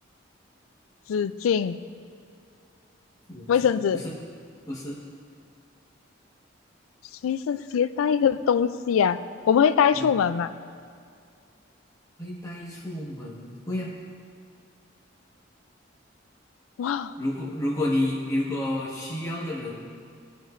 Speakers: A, on the left (about 90°); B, on the left (about 15°).
A: 纸巾、
B: 纸巾，
A: 卫生纸。
B: 不是，不是，
A: 随身携带的东西啊，我们会带出门嘛？
B: 嗯，会带出门，会啊。
A: 哇，
B: 如果如果你如果需要的人，